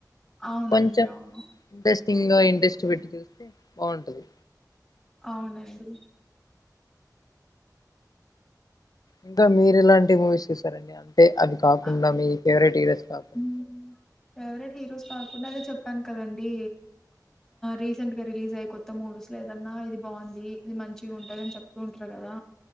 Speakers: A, in the centre; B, on the left.
A: అవునండి.
B: కొంచెం
A: అవును.
B: ఇంట్రెస్టింగ్ గా ఇంట్రెస్ట్ పెట్టి చూస్తే బాగుంటుది
A: అవునండి
B: ఇంకా మీరు ఇలాంటి మూవీస్ చసారండి అ అే అవి కాకుండా
A: అ అ
B: మీ ఫేవరెట్ హరోస్ కా స
A: హ్మ్. ఫేవరెట్ హీరోస్ కాకుండా అదే చెప్పాను కదండి రీసెంట్గా రిలీజ్ అయ్యి కొత్త మూవీస్ లో ఏదన్నా ఇది బాగుంది ఇది మంచిగా ఉంటుందనీ అని చెప్తూ ఉంటారు కదా